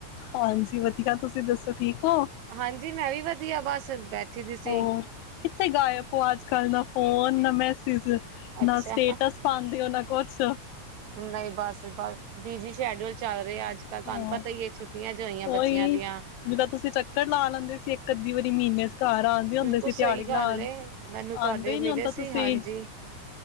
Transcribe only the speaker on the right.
ਹਾਂਜੀ। ਮੈਂ ਵੀ ਵਧੀਆ ਬਸ। ਬੈਠੀ ਦੀ ਸੀ
ਅੱਛਾ
ਨਹੀਂ ਬਸ-ਬਸ ਬੀਜੀ ਸ਼ੇਡਊਲ ਚੱਲ ਰਿ ਰਿਹਾ ਅੱਜ ਕੱਲ੍ਹ ਤੁਹਾਨੂੰ
ਪਤਾ ਹੀ ਹੈ। ਛੁੱਟੀਆਂ ਜੋ ਹੋਈਆਂ
ਬੱਚਿਆਂ ਦੀਆਂ।
ਬਿਲਕੁਲ
ਸਹੀ
ਗੱਲ ਹੈ। ਮੈਨੂੰ ਤੁਹਾਡੇ
ਮਿਲੇ
ਸੀ
ਹਾਂਜੀ